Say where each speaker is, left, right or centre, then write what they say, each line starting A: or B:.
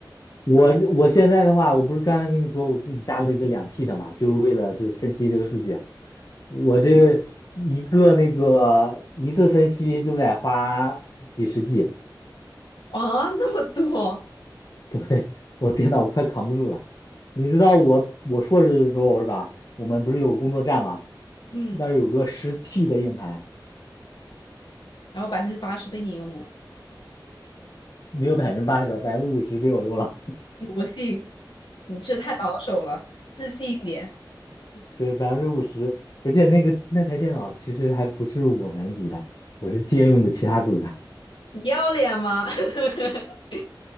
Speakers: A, on the left; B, on the left.
A: 我我现在的话，我不是刚刚跟你说我自己加了一个两 T 的嘛，就是为了就是分析这个数据。我这个一个那个一次分析就得花几十 G，
B: 啊，那么多，
A: <laughs> 对，我电脑快扛不住了。你知道我我硕士的时候是吧？我们不是有工作站吗？
B: 嗯，
A: 那儿有个十 T 的硬盘，
B: 然后百分之八十被你用了，
A: 没有百分之八十吧，百分之五十被我用了。
B: 我信，你这太保守了，自信一点，
A: 对，百分之五十，而且那个那台电脑其实还不是我们组的，我是借用的其他组的。
B: 你要脸吗？<laughs>